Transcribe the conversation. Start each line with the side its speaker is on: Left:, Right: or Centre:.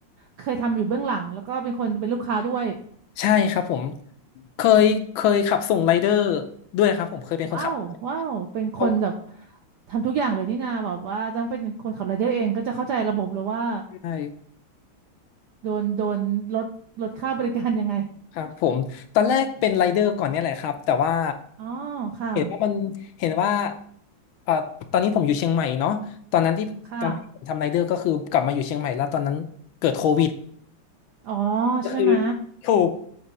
Right: เคยทำอยู่เบื้องหลังแล้วก็เป็นคนเป็นลูกค้าด้วย
Left: ใช่ครับผมเคยเคยขับส่งไรเดอร์ด้วยครับผมเคยเป็นคนขับ
Right: ว้าวว้าวเป็นคนแบบ
Left: เขา
Right: ทำทุกอย่างเลยนี่นาแบบว่าต้องเป็นคนขับรายเดอร์เองก็จะเข้าใจระบบเลยว่า
Left: ใช่
Right: โดนโดนลดลดค่าบริการยังไง
Left: ครับผมตอนแรกเป็นไรเดอร์ก่อนเนี่ยแหละครับแต่ว่า
Right: อ๋อค่ะ
Left: เห็นว่ามันเห็นว่าเอ่อตอนนี้ผมอยู่เชียงใหม่เนาะตอนนั้นที่ตอนผมทำไรเดอร์ก็คือกลับมาอยู่เชียงใหม่แล้วตอนนั้นเกิดโควิด
Right: ค่ะอ๋อ
Left: ก็คือ
Right: ใช่ไหม
Left: ถูก